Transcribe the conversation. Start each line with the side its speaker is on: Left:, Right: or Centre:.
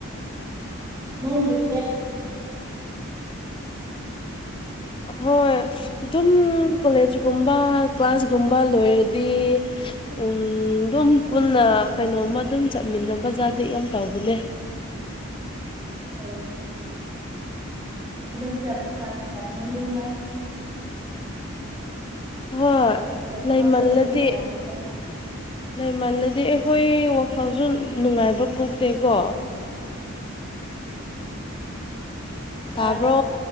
Right: ꯅ ꯌꯦꯣꯏ
Left: ꯍꯣꯏ ꯑꯗꯨꯝ ꯀꯣꯂꯦꯖꯒꯨꯝꯕ ꯀ꯭ꯂꯥꯁꯒꯨꯝꯕ ꯂꯣꯏꯔꯗꯤ ꯎ ꯑꯗꯨꯝ ꯄꯨꯟꯅ ꯀꯩꯅꯣꯝꯃ ꯑꯗꯨꯝ ꯆꯠꯃꯤꯟꯅꯕ ꯖꯥꯔꯗꯤ ꯌꯥꯝ ꯇꯧꯕꯅꯦ
Right: ꯎꯝ ꯑꯗꯨꯝ ꯆꯝ
Left: ꯍꯣꯏ
Right: ꯆꯠꯊꯣꯛ
Left: ꯂꯩꯃꯜꯂꯗꯤ
Right: ꯆꯠꯁꯤꯟ ꯇꯧꯕꯁꯦ
Left: ꯂꯩꯃꯜꯂꯗꯤ ꯑꯩꯈꯣꯏ ꯋꯥꯈꯜꯁꯨ ꯅꯨꯡꯉꯥꯏꯕ ꯄꯣꯛꯇꯦꯀꯣ
Right: ꯇꯥꯕ꯭ꯔꯣ
Left: ꯇꯕꯣ